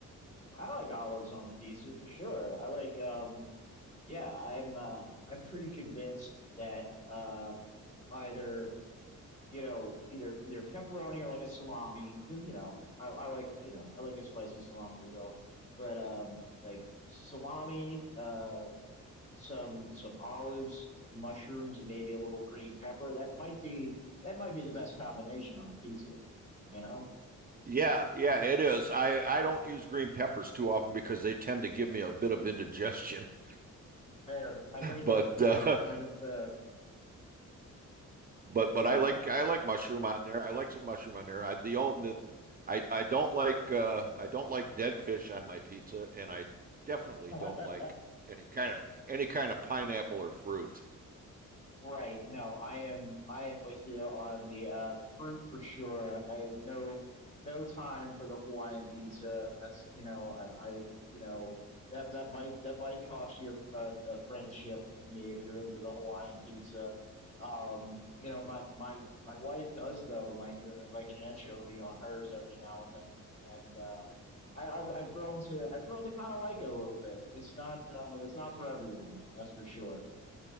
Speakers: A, on the left; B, on the right.
A: I like olives on the pizza for sure. I like um yeah, I am uh I'm pretty convinced that uh either you know, either either pepperoni or like a salami, because you know, I, I like you know, I like a spicy salami as well. But um like salami, uh some some olives, mushrooms, and maybe a little green pepper. That might be that might be the best combination on a pizza. You know,
B: Yeah, yeah, it is. I I don't use green peppers too often because they tend to give me a bit of indigestion. <laughs>
A: fair. I've heard
B: But
A: that before,
B: uh,
A: and that is fair.
B: But but
A: Yeah.
B: I like I like mushroom on there. I like some mushroom on there. I the only the, I I don't like uh I don't like dead fish on my pizza, and I definitely
A: <laughs>
B: don't like any kind of any kind of pineapple or fruit.
A: Right. No, I am I am with you on the uh fruit for sure. I have no no time for the Hawaiian pizza. That's, you know, I, I you know, that that might that might cost you a, a friendship with me if you're into the Hawaiian pizza. Um, you know, my my my wife does though like a like an anchovy on hers every now and then and uh I, I've I've grown to I've grown to kind of like it a little bit. It's not uh, it's not for everyone though, that's for sure.